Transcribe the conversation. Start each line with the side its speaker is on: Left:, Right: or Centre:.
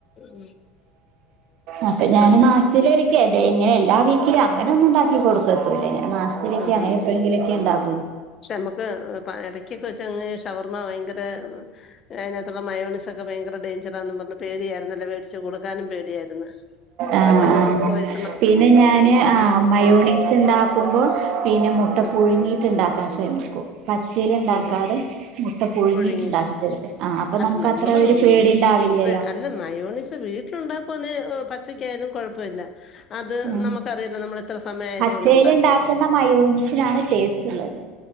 Left: ഉം
Right: അപ്പൊ ഞാൻ
Left: ഉം
Right: മാസത്തിലൊരി ക്കെ ഇങ്ങന എല്ലാ വീക്കിലും അങ്ങനെ ഒന്നുംണ്ടാക്കി കൊടുക്കത്തൂല്ല ഇങ്ങനെ മാസ്
Left: ഉം ഉം
Right: ത്തിലൊക്കെ ഉണ്ടാകു
Left: പക്ഷ നമ്മുക്ക് ഇടക്കൊക്കെ വെച്ച ഷവർമ്മ ഭയങ്കര അ അ മയോണസിക്കെ ഭയങ്കര ഡേഞ്ച ടെയ്ഞ്ചറാനും പ റഞ്ഞ്പേടിയാരുന്നുല്ലെ വേടിച്ചു കൊടുക്കാനും പേടിയാരുന്നു
Right: ആഹ്
Left: പെട്ടന്ന്ഫുഡ്
Right: ആഹ്
Left: പോയിസ്
Right: പിന്നെ ഞാന് ആ മയോണീസ് ഉണ്ടാക്കുമ്പോ പിന്നെ മുട്ട
Left: ആഹ്
Right: പുഴുങ്ങി ഉണ്ടാക്കാൻ ശ്രമിക്കും പച്ചില് ഉണ്ടാക്കാതെ
Left: ഓഹോ
Right: മു മുട്ട പുഴങ്ങിയിട്ടുണ്ടാക്കി
Left: പുഴുങ്ങിയിട്ട്
Right: കൊടുക്കും ആ അപ്പൊ
Left: അല്ല
Right: നമുക്ക്
Left: നമ്മള്
Right: അത്ര ഒരു
Left: ഉം
Right: പേടി ഇണ്ടാവില്ലല്ലോ
Left: അല്ല മയോണിസ് വീട്ടിലുണ്ടാക്കുന്ന പച്ചക്കായാലും കൊഴപ്പല്ല്യ അത്
Right: ഉം
Left: നമുക്കറിയില്ല നമ്മൾ ഇത്ര സമയ ആയതേ
Right: പച്ചേല്
Left: ഉള്ള ഉണ്ടാക്കിനും
Right: ഇണ്ടാക്കുന്ന മയോണിസിനാണ് ടേസ്റ്റ് ഉള്ളത്